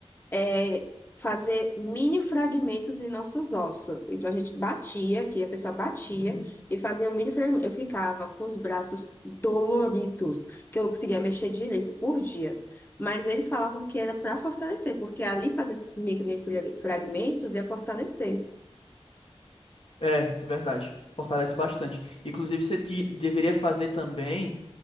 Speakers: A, on the left; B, on the left.
A: é, fazer mini fragmentos em nossos ossos. Então a gente batia, que a pessoa batia
B: uhum.
A: e fazia um mini fragmento. Eu ficava com os braços doloridos, que eu não conseguia mexer direito por dias. Mas eles falavam que era para fortalecer, porque ali fazendo esses micro fra- fragmentos ia fortalecer.
B: É, verdade, fortalece bastante. Inclusive, você te- deveria fazer também